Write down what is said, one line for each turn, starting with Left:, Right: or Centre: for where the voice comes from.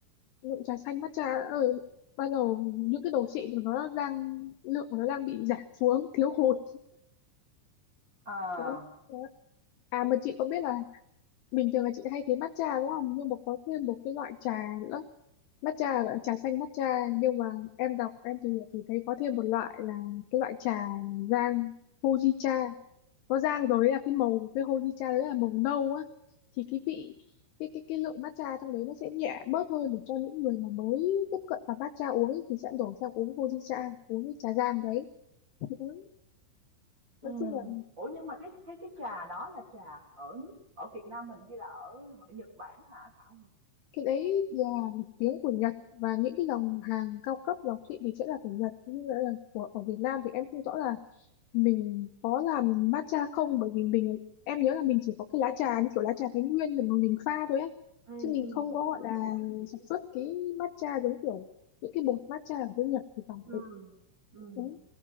Left: lượng trà xanh matcha ở ban đầu những cái đồ xịn thì nó đang lượng của nó đang bị giảm xuống thiếu hụt
Right: à
Left: đấy, đấy. à mà chị có biết là bình thường là chị hay thấy matcha đúng không nhưng mà có thêm một cái loại trà nữa matcha gọi là trà xanh matcha nhưng mà em đọc em tìm hiểu thì thấy có thêm một loại là cái loại trà rang Fujicha nó rang rồi ấy là cái màu của cái honeycha đấy là màu nâu á thì cái vị cái cái cái lượng matcha trong đấy nó sẽ nhẹ bớt hơn để cho những người mà mới tiếp cận vào matcha uống ấy, thì sẽ đổi sang uống honeycha uống cái trà rang đấy Ừ.
Right: ừ.
Left: nói chung là
Right: ủa nhưng mà cái cái cái trà đó là trà ở nước ở Việt Nam mình hay là ở, ở Nhật Bản hả Thảo hả
Left: cái đấy là một tiếng của Nhật và những cái dòng hàng cao cấp lọc thị thì sẽ là của Nhật như là của ở Việt Nam thì em không rõ là mình có làm matcha không bởi vì mình em nhớ là mình chỉ có cái lá trà như kiểu lá trà Thái Nguyên rồi mà mình pha thôi ấy
Right: ừ
Left: chứ mình
Right: ừ
Left: không có
Right: đúng
Left: gọi
Right: rồi
Left: là
Right: đúng rồi chị
Left: sản
Right: biết
Left: xuất cái matcha giống kiểu những cái bột matcha ở bên Nhật thì phải
Right: ừ
Left: đấy.
Right: ừ
Left: Đúng.